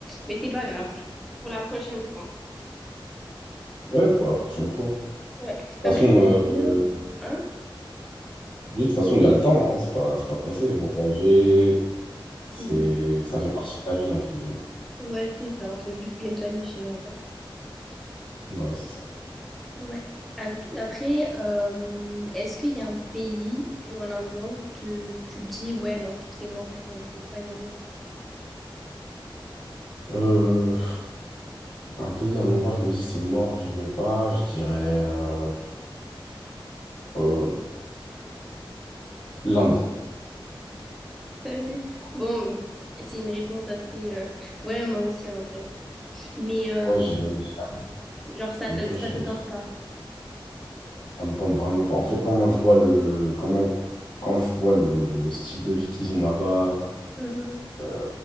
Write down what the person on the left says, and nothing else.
Ouais, pour la prochaine fois.
toute façon,
euh,
de toute façon, il y a le temps, hein. C'est pas, c'est pas pressé. Voyager, c'est,
ça fait partie de la vie, entre guillemets.
Ouais, c'est ça.
Euh, un pays, un endroit, je me dis c'est mort, j'y vais pas. Je dirais euh, euh, l'Inde.
Ouais, j'irai, je
te
jure,
j'irai.
Ça me tente vraiment pas. En fait, comment je vois le, comment, quand je vois le, le style de vie qu'ils ont là-bas,
euh,